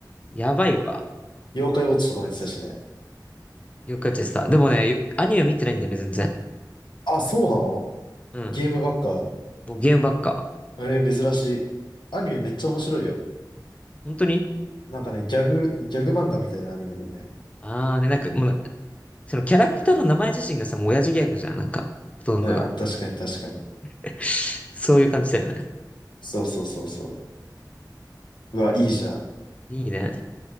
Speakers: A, on the left; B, on the left.
A: やばいわ。
B: 妖怪ウォッチとかもやってたしね。
A: よくやっちゃってた。でもね、アニメ見てないんだよね、全然。
B: あ、そうなの
A: うん。
B: ゲームばっか
A: もうゲームばっか。
B: えー、珍しい。アニメめっちゃ面白いよ。
A: 本当に
B: なんかね、ギャグ、ギャグ漫画みたいなアニメでね。
A: ああ、で、なんか、もうなんか、そのキャラクターの名前自身がさ、もう親父ギャグじゃん、なんか、ほとんどが。
B: うん、確かに確かに。
A: <laughs> そういう感じだよね。
B: そうそうそうそう。うわ、いいじゃん。
A: いいね。